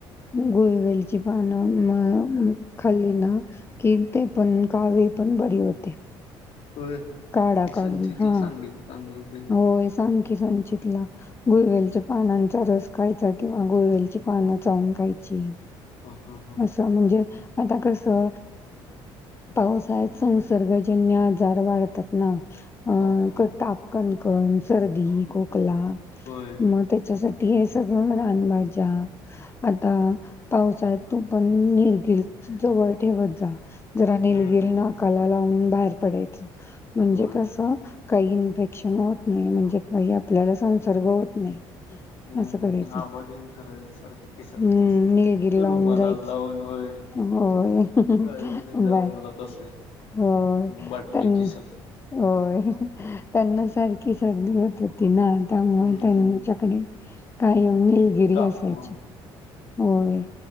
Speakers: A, on the left; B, on the left.
A: गूळवेलची पान नं म खाल्ली ना कि ते पण कावीळ पण बरी होते.
B: होय मी
A: काढा काढून
B: संचितला
A: हां.
B: सांगेल सांगल ते.
A: होय सांग की संचितला. गुळवेलच्या पानांचा रस खायचा, किंवा गुळवेलची पानं चावून खायची.
B: हं हं हं!
A: त म्हणजे आता कस अ पावसाळ्यात संसर्गजन्य आजार वाढतात ना. अं
B: हा हा
A: ताप कणकण सर्दी, खोकला.
B: होय!
A: मग त्याच्यासाठी हे सगळं म रान भाज्या. आता पावसाळ्यात तू पण निलगिरी, जवळ ठेवत ज जरा
B: हम्म
A: निलगिल नाकाला लावून बाहेर पडायचं म्हणजे
B: होय
A: कसं काही इन्फेक्ट क्शन होत नाही, म्हणजे काही आपल्याला संसर्ग होत नाही.
B: हम्म
A: असं करायचं
B: आबा घेऊन फिरायच सारखं खिशात
A: हूं निलगिरी लावून
B: रुमाला
A: जायच.
B: लावून होय
A: होय
B: कायम त्यांच्या
A: बर
B: रुमालात असायची
A: होय
B: बाटली
A: तनं.
B: खिशात
A: होय त्यांना सारखी सर्दी होत होती ना. त्यामुळ
B: हम्म
A: त्यांच्याकडे कायम निलगिरी
B: कापूर
A: असायची. होय